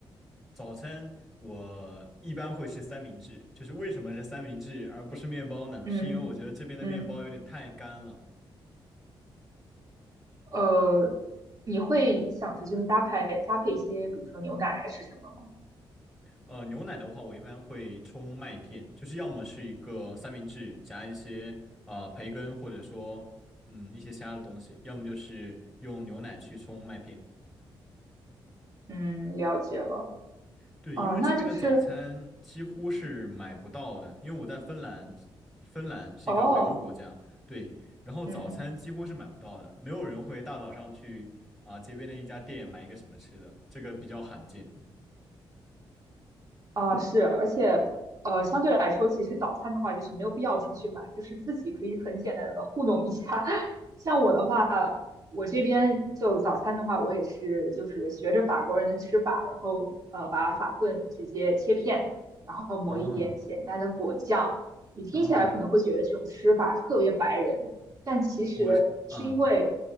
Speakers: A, in the centre; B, on the right (about 40°).
A: 早餐我一般会吃三明治，就是为什么是三明治而不是面包呢？
B: 嗯
A: 是因为我觉得这边的面包有点太干了。
B: 嗯。呃，你会想着就是搭配搭配一些，比如说牛奶还是什么吗？
A: 呃，牛奶的话，我一般会冲麦片，就是要么是一个三明治夹一些呃培根，或者说嗯一些其他的东西，要么就是用牛奶去冲麦片。
B: 嗯，了解了。
A: 对，
B: 哦，
A: 因为这边的早餐几乎是买不到的，
B: 那就是
A: 因为我在芬兰，芬兰是一个北欧国家，
B: 哦，
A: 对，然后早餐几乎是买不到的，
B: 嗯。
A: 没有人会大早上去啊、街边的一家店买一个什么吃的，这个比较罕见。
B: 啊，是，而且，呃，相对来说，其实早餐的话，就是没有必要出去买，就是自己可以很简单的糊弄一下。<laughs> 像我的话，我这边就早餐的话，我也是就是学着法国人的吃法，然后呃，把法棍直接切片，然后抹一点简单的果酱。
A: 哦
B: 你听起来可能会觉得这种吃法特别白人，
A: 哦，
B: 但其实是因为，
A: 我是嗯